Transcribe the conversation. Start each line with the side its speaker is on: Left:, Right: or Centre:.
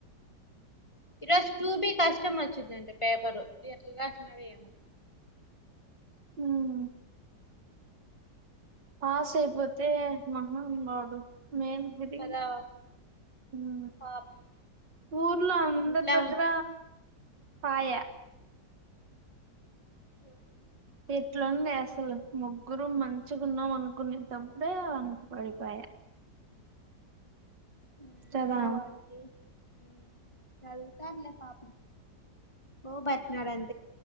Left: ఈ రోజు టూ బి కష్టం వచ్చిందంట పేపరు. ఎట్ల రాసినాడో ఏమో.
Right: ఉమ్ పాస్ అయిపోతే మహా వాడు మేల్ బుడి
Left: కదా
Right: ఊ
Left: పాపం
Right: ఊర్లో అందర్
Left: ఇంట్లో
Right: దగ్గర పాయ
Left: హు
Right: ఎట్లుండ అసలు ముగ్గురు మంచిగున్నాం అనుకునేటప్పుడే అన్ పడిపాయా.
Left: ఊ
Right: కదా
Left: అయిన వాడికి ఉ చదువుతాడ్లే పాపం కోవ్ పట్నాడన్